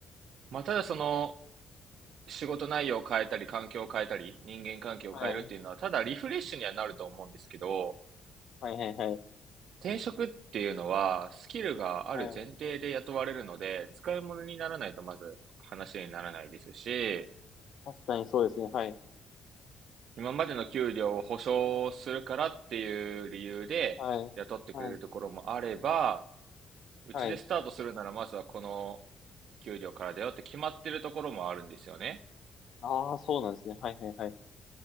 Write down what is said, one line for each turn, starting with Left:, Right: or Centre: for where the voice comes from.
Right: まあ、ただその、仕事内容を変えたり、環境を変えたり、人間関係を変えるっていうのは、
Left: はい。
Right: ただリフレッシュにはなると思うんですけど、
Left: はいはいはい。
Right: 転職っていうのは、スキルがある前提で雇われるので、
Left: はい。
Right: 使い物にならないとまず話にならないですし、
Left: 確かにそうですね。はい。
Right: 今までの給料を保証するからっていう理由で雇ってくれるところもあれば、
Left: はい。はい。
Right: うちでスタートするならまずはこの
Left: はい。
Right: 給料からだよって決まってるところもあるんですよね。
Left: ああ、そうなんですね。はいはいはい。